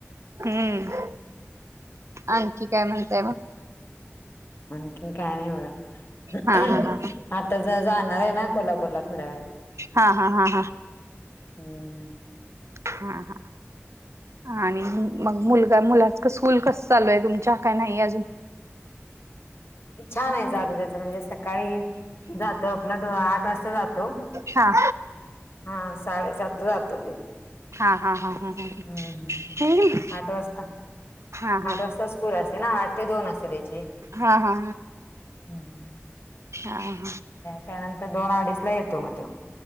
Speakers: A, on the right; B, on the left.
A: हम्म आणखी काय म्हणताय म
B: आणखीन काय नाही बघा
A: हा हा हा
B: आता जाणार आहे ना कोल्हापूरला थोड्या वेळात
A: हा हा हा हा
B: हम्म
A: हा हा आणि मग मुलगा मुलाच स्कूल कस चालू आहे तुमच्या काय नाही अजून
B: छान आहे त्याच म्हणजे सकाळी जातो आपला आठ वाजता जातो
A: हा
B: हा साडेसातला जातो देव
A: हा हा हा हा हा
B: हम्म हम्म हम्म
A: हा
B: आठ वाजता
A: हा हा
B: आठ वाजता स्कूल असते ना आठ ते दोन असते त्याची
A: हा हा
B: हम्म हम्म.
A: हा हा
B: त्यानंतर दोन अडीच ला येतो मग तो